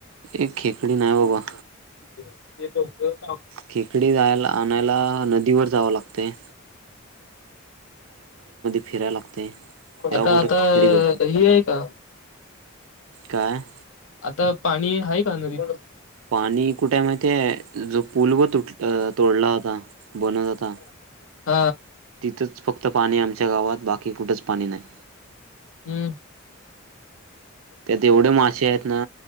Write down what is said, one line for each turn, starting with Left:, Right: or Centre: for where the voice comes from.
Right: एक खेकडी नाय बाबा.
Left: <unintelligible>
Right: खेकडी जायला आणायला नदीवर जावं लागतय. फिरायला लागते तेव्हा
Left: आता
Right: कुठं
Left: आता
Right: खेकडी भेटतात
Left: ह आहे का.
Right: काय
Left: आता पाणी आहे का नदीत.
Right: पाणी कुठ्य माहितीय जो पूल व तुट तोडला होता बनत होता.
Left: <inaudible>
Right: तिथंच फक्त पाणी आमच्या गावात बाकी कुठच पाणी नाही.
Left: हम्म
Right: त्यात एवढे मासे आहेत ना